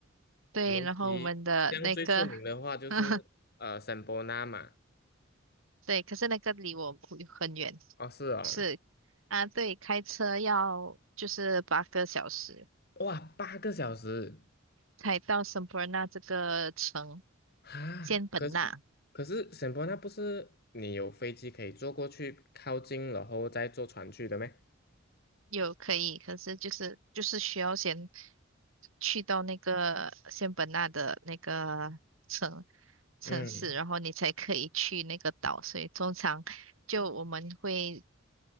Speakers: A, on the right; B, on the left.
A: 对，
B: 尤其像最出名的话就是呃圣伯纳嘛，
A: 然后我们的那个，<laughs> 对，可是那个离我不很远，
B: 哦是哦，
A: 是啊，对，开车要就是八个小时
B: 哇八个小时
A: 才到圣伯纳这个城，
B: 啊！
A: 仙本那
B: 可是可是圣伯纳不是你有飞机可以坐过去靠近，然后再坐船去的咩？
A: 有可以，可是就是就是需要先去到那个仙本那的那个。城。城市，
B: 嗯
A: 然后你才可以去那个岛。所以通常就我们会